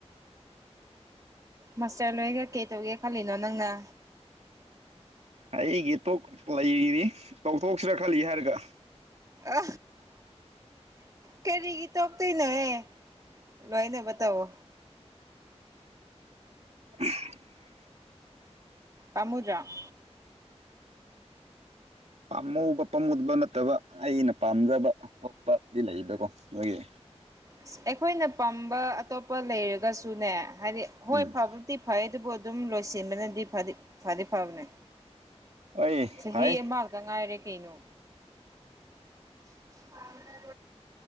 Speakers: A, on the right (about 30°); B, on the right (about 70°).
A: ꯃꯥꯁꯇꯔ ꯂꯣꯏꯒ ꯀꯩ ꯇꯧꯒꯦ ꯈꯜꯂꯤꯅꯣ ꯅꯪꯅ
B: ꯑꯩꯒꯤ ꯇꯣꯛ ꯂꯩꯔꯤꯅꯤ ꯇꯧꯊꯣꯛꯁꯤꯔꯥ ꯈꯜꯂꯤ ꯍꯥꯏꯔꯒ
A: ꯑ ꯀꯔꯤꯒꯤ ꯇꯣꯛꯇꯣꯏꯅꯣꯍꯦ ꯉꯥꯏꯅꯕ ꯇꯧꯋꯣ
B: <unintelligible>
A: ꯄꯥꯝꯃꯨꯗꯔꯥ
B: ꯄꯥꯝꯃꯨꯕ ꯄꯥꯝꯃꯨꯗꯕ ꯅꯠꯇꯕ ꯑꯩꯅ ꯄꯥꯝꯖꯕ ꯊꯣꯛꯄꯗꯤ ꯂꯩꯗꯀꯣ ꯑꯗꯨꯒꯤ
A: ꯑꯁ ꯑꯩꯈꯣꯏꯅ ꯄꯥꯝꯕ ꯑꯇꯣꯞꯄ ꯂꯩꯔꯒꯁꯨꯅꯦ ꯍꯥꯏꯗꯤ ꯍꯣꯏ
B: ꯎꯝ
A: ꯐꯕꯨꯗꯤ ꯐꯥꯏꯌꯦ ꯗꯨꯕꯣꯑꯗꯨꯝ ꯂꯣꯏꯁꯤꯟꯕꯅꯗꯤ ꯐ ꯐꯗꯤ ꯐꯥꯕꯅꯦ
B: ꯍꯣꯏ
A: ꯆꯍꯤ
B: ꯐꯩ
A: ꯑꯃꯇ ꯉꯥꯏꯔꯦ ꯀꯩꯅꯣ <unintelligible>